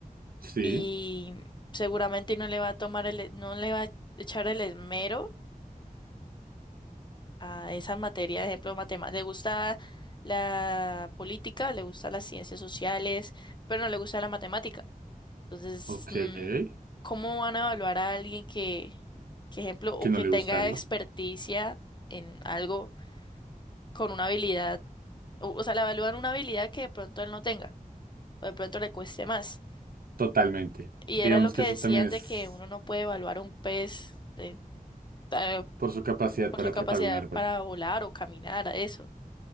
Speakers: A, on the right; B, on the left.
A: Sí,
B: Y seguramente no le va a tomar el, no le va a echar el esmero a esa materia, de ejemplo, matemáticas, Le gusta la política, le gusta las ciencias sociales, pero no le gusta la matemática. Entonces,
A: ok.
B: mm,
A: Que
B: ¿cómo van a evaluar a alguien que, que ejemplo, o
A: no
B: que
A: le
B: tenga
A: gusta algo.
B: experticia en algo con una habilidad? O, o sea, le evalúan una habilidad que de pronto él no tenga, o de pronto le cueste más.
A: Totalmente.
B: Y
A: Digamos
B: era lo que
A: que eso
B: decían
A: también es
B: de que uno no puede evaluar a un pez de- eh,
A: por su capacidad
B: por
A: para
B: su capacidad
A: trepar un árbol.
B: para volar o caminar, a eso.